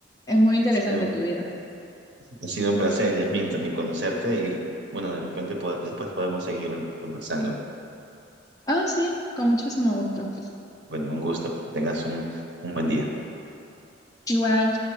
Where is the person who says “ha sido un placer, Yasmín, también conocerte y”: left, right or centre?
Right